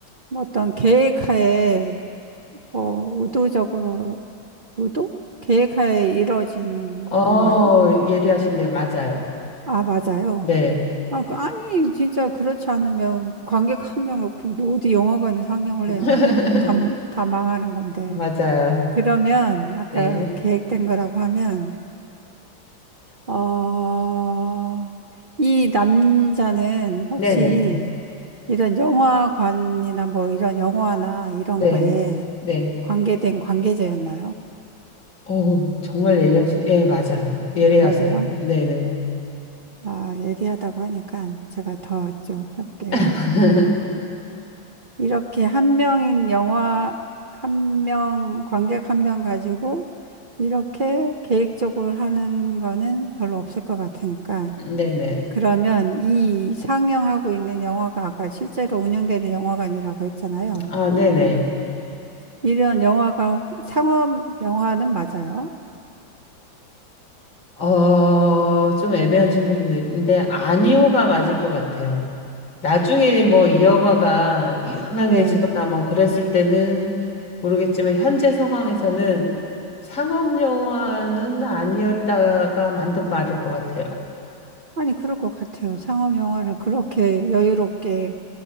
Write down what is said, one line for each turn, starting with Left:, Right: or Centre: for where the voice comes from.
Right: 뭐 어떤 계획하에, 어, 의도적으로, 의도? 계획하에 이뤄진
Left: 어,
Right: 건가요?
Left: 예리하신데, 맞아요.
Right: 아, 맞아요.
Left: 네,
Right: 아, 그- 아니, 진짜 그렇지 않으면 관객 한 명 놓고 어디 영화관이 상영을
Left: <laughs>
Right: 해요. 다, 다 망하는 건데.
Left: 맞아요.
Right: 그러면, 아까
Left: 네,
Right: 계획된 거라고 하면, 어, 이 남자는 혹시
Left: 네, 네,
Right: 이런 영화관이나 뭐 이런 영화나 이런
Left: 네,
Right: 거에
Left: 네.
Right: 관계된 관계자였나요?
Left: 오, 정말 예리하신, 예, 맞아요. 예리하세요.
Right: 맞아요?
Left: 네, 네.
Right: 아, 예리하다고 하니까 제가 더 좀 해볼게요.
Left: <laughs>
Right: 음, 이렇게 한 명인 영화, 한 명, 관객 한 명 가지고 이렇게 계획적으로 하는 거는 별로 없을 것 같으니까
Left: 네네.
Right: 그러면 이 상영하고 있는 영화가 아까 실제로 운영되는 영화관이라고 했잖아요.
Left: 아, 네네.
Right: 이런 영화가 상업 영화는 맞아요?
Left: 어, 좀 애매한 질문이긴 한데, 아니오가 맞을 것 같아요. 나중에 뭐 이 영화가 유명해지거나
Right: 네.
Left: 뭐 그랬을 때는 모르겠지만, 현재 상황에서는 상업 영화는 아니었다가 만든 말일 것 같아요.
Right: 아니, 그럴 것 같아요. 상업 영화를 그렇게 여유롭게